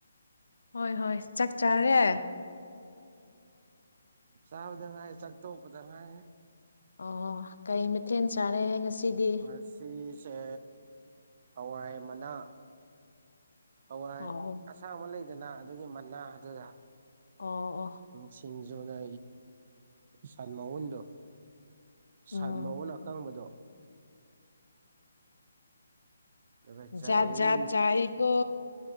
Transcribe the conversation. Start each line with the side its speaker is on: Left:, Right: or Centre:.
Left: ꯍꯣꯏ ꯍꯣꯏ ꯆꯥꯛ ꯆꯥꯔꯦ
Right: ꯆꯥꯕꯗꯉꯥꯢ ꯆꯥꯛ ꯇꯣꯛꯄꯗꯥ ꯉꯥꯢ
Left: ꯑꯣ ꯀꯩ ꯃꯊꯦꯜ ꯆꯥꯔꯦ ꯉꯁꯤꯗꯤ
Right: ꯑꯁꯤꯁꯦ ꯍꯋꯥꯏ ꯃꯅꯥ ꯍꯋꯥꯏ
Left: ꯑꯣ
Right: ꯑꯁꯥꯡꯕ ꯂꯩꯗꯅ ꯑꯗꯨꯒꯤ ꯃꯅꯥ ꯑꯗꯨꯗ
Left: ꯑꯣ ꯑꯣ
Right: ꯁꯤꯡꯖꯨꯅ ꯁꯟ ꯃꯎꯨꯟꯗꯣ ꯁꯟ
Left: ꯎꯝ
Right: ꯃꯎꯟ ꯑꯀꯪꯕꯗꯣ ꯑꯗꯨꯒ ꯆꯥꯏꯌꯦ
Left: ꯖꯥꯠ ꯖꯥꯠ ꯆꯥꯏ ꯀꯦ